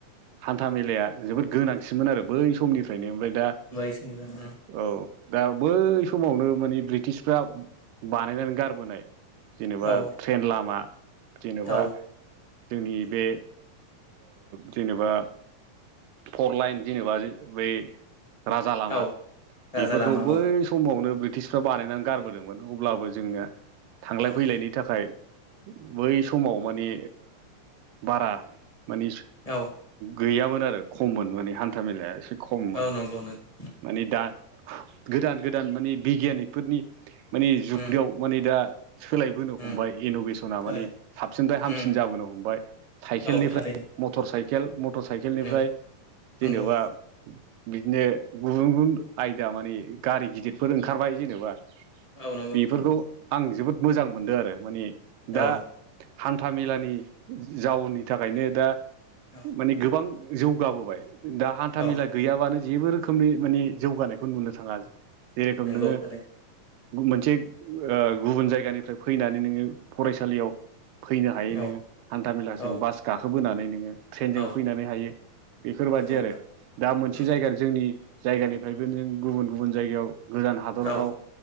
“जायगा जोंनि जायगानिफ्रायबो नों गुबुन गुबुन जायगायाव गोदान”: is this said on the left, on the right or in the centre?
Right